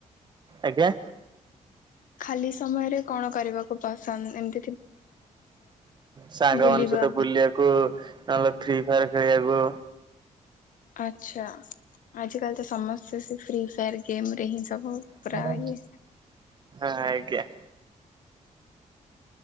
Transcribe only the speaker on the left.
ଖାଲି ସମୟରେ କଣ କରିବାକୁ ପସନ୍ଦ ଏମ
ବୁଲିବା
ଆଚ୍ଛା ଆଜିକାଲି ତ ସମସ୍ତେ ସେ ଫ୍ରିଫାୟାର ଗେମ୍ ରେ ହିଁ ସବୁ ପୁରା
ଇଏ।